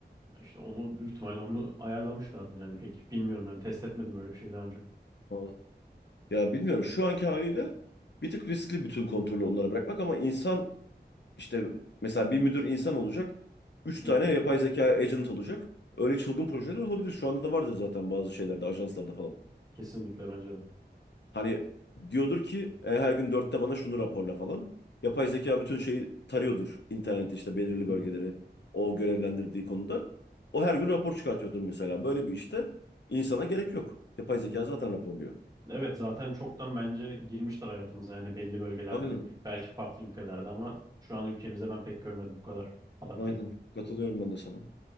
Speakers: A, on the right; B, on the left.
A: İşte onu büyük ihtimalle onu ayarlamışlardır yani pek bilmiyorum yani test etmedim öyle bir şey daha önce.
B: Ha. Ya bilmiyorum. Şu anki haliyle bir tık riskli bütün kontrolü onlara bırakmak ama insan işte mesela bir müdür insan olacak. Üç
A: Hı
B: tane
A: hı.
B: yapay zeka agent olacak. Öyle çılgın projeler olabilir. Şu anda da vardır zaten bazı şeylerde, ajanslarda falan.
A: Kesinlikle bence de.
B: Hani diyordur ki "E, her gün dörtte bana şunu raporla falan. Yapay zeka bütün şeyi tarıyordur internette işte belirli
A: Hı
B: bölgeleri
A: hı.
B: o görevlendirdiği konuda. O her gün rapor çıkartıyordur mesela. Böyle bir işte insana gerek yok. Yapay zeka zaten raporluyor.
A: Evet zaten çoktan bence girmiştir hayatımıza yani belli bölgelerde
B: Aynen.
A: belki farklı ülkelerde ama şu an ülkemizde ben pek görmedim bu kadar adapte
B: Aynen. Katılıyorum ben de sana.